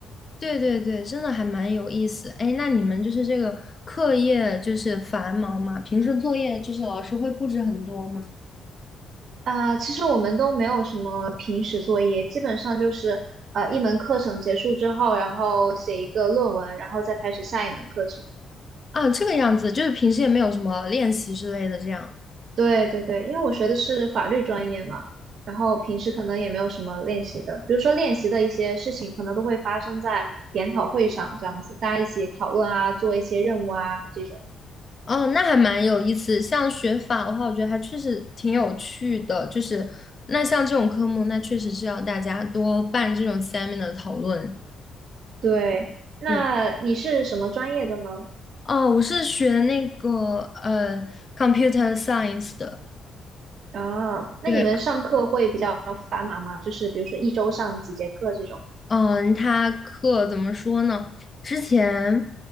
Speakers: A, on the left; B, on the right.
A: 对对对，真的还蛮有意思。哎，那你们就是这个课业就是繁忙嘛，平时作业就是老师会布置很多吗？
B: 啊，其实我们都没有什么平时作业，基本上就是呃一门课程结束之后，然后写一个论文，然后再开始下一门课程。
A: 啊，这个样子，就是平时也没有什么练习之类的这样。
B: 对对对，因为我学的是法律专业嘛，然后平时可能也没有什么练习的，比如说练习的一些事情，可能都会发生在研讨会上这样子，大家一起讨论啊，做一些任务啊这种。
A: 哦，那还蛮有意思。像学法的话，我觉得还确实挺有趣的。就是那像这种科目，那确实是要大家多办这种 seminar 的讨论。
B: 对，那你是什么专业的呢？
A: 对，哦，我是学那个呃 computer science 的。
B: 啊，那你们上课会比较繁忙吗？
A: 对。
B: 就是比如说一周上几节课这种。
A: 嗯，他课怎么说呢？之前，